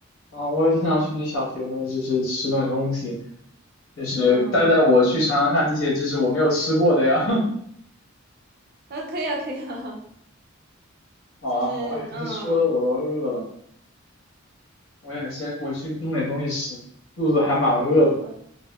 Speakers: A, on the left; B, on the right.
A: 啊。我也经常去你小学呢，就是吃顿东西，就是带带我去尝尝看这些，
B: 嗯，
A: 这是我没有吃过的呀。
B: 那啊可以啊，可以啊，
A: <laughs>
B: <laughs>
A: 好啊好啊，
B: 就是嗯，
A: 哎呀，这说的我都饿了，我也先我去弄点东西吃，肚子还蛮饿的。
B: 好的，好的，